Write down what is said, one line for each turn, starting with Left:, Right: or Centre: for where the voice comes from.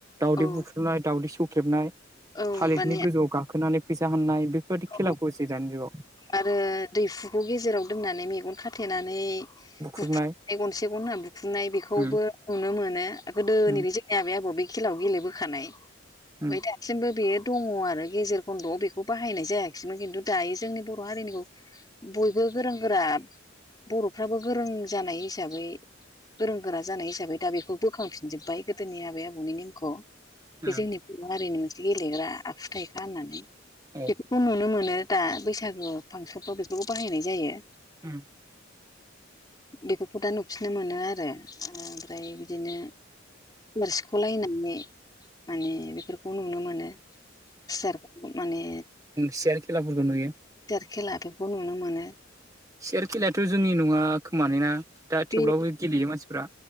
Right: दाउदै
Left: औ
Right: बुख्रुबनाय दाावदै सौख्रेबनाय
Left: औ
Right: थालिरनि
Left: माने
Right: गोजौआव गाखोनानै फैसा हनाय बे बादि खेलाखौ
Left: औ
Right: दानि जुगाव
Left: आरो दैहुखौ गेजेराव दोननानै मेगन खाथेनानै
Right: बुख्रुबनाय
Left: बुख्रनाय गनसे गन होनना बुखुनाय बेखौबो
Right: उम
Left: नुनो मोनो गोदोनि
Right: उम
Left: बे जे आबै आबौ बे खेलायाव गेलेबोखानाय ओमफ्राय
Right: उम
Left: दासिमबो बेयो दंङो आरो गेजेर खन्द'आव बेखौ बाहायनाय जायाखिैमोन खिन्थु दायो जोंनि बर' हारिनिखौ बयबो गोरों गोरा बर'फ्राबो गोरों जानाय हिसाबै गोरों गोरा जानाय हिसाबै दा बेखौ बोखांफिनजोब्बाय गोदोनि आबै आबौनि नेमखौ
Right: उम
Left: बे जोंनि बर' हारिनि मोनसे गेलेग्रा आखुथायाइखा होननानै
Right: औ
Left: बे खौ नुनो मोनो दा बैसागो फांसनफ्राव बेफोरखौ बाहायनाय जायो
Right: उम
Left: बेफोरखौ दा नुफिननो मोनो आरो ओमफ्राय बिदिनो थोरसिख'लायनानै माने बेफोरखौ नुनो मोनो सेरखौ माने
Right: सेयार खेलाफोरखौ नुयो
Left: गिदिर खेला बेखौ नुनो मोनो
Right: सियार खेलायाथ' जोंनि नङा खोमालोना दा
Left: बे
Right: थेवब्लाबो गेलेयो मानसिफ्रा